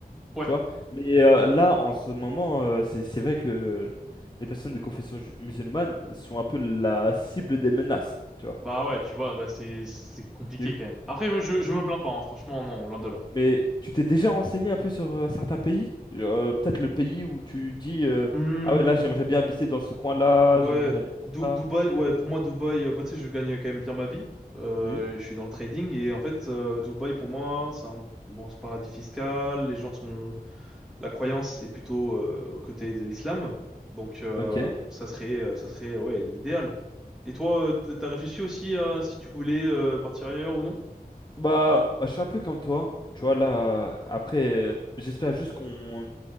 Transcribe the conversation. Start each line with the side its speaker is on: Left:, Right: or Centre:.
Centre: Ouais.
Left: tu vois. Mais euh, là, en ce moment, euh, c'est, c'est vrai que les personnes de confession ju- musulmane sont un peu la cible des menaces, tu vois.
Centre: Bah ouais, tu vois, bah c'est c'est compliqué
Left: Du-
Centre: quand même. Après, moi je, je me plains pas, hein, franchement, non, loin de là.
Left: Mais tu t'es déjà renseigné un peu sur euh, certains pays? Euh, peut-être le pays où tu dis, euh,
Centre: Hmm,
Left: ah ouais, là, j'aimerais bien habiter dans ce coin-là,
Centre: Ouais,
Left: j'aimerais bien
Centre: Dou-
Left: faire
Centre: Dubaï,
Left: ça.
Centre: ouais, pour moi, Dubaï, euh, bah, tu sais, je gagne quand même bien ma vie. Euh,
Left: Oui,
Centre: je suis dans le trading et en fait, euh, Dubaï, pour moi, c'est un bon c'est paradis fiscal. Les gens sont. La croyance, c'est plutôt euh, au côté de l'islam. Donc, euh,
Left: ok.
Centre: ça serait, euh, ça serait ouais, l'idéal. Et toi, euh, t- t'as réfléchi aussi à si tu voulais euh, partir ailleurs ou non?
Left: Bah, bah, je suis un peu comme toi. Tu vois, là, après, euh, j'espère juste qu'on